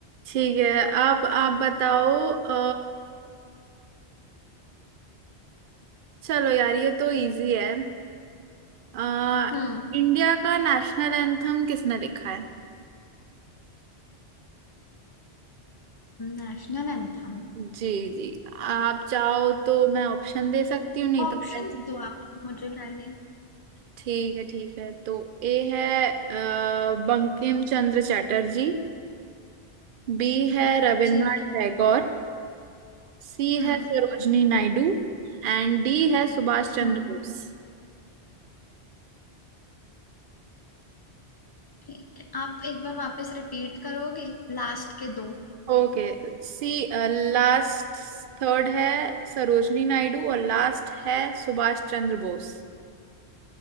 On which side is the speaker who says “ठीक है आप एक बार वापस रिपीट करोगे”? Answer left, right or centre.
Left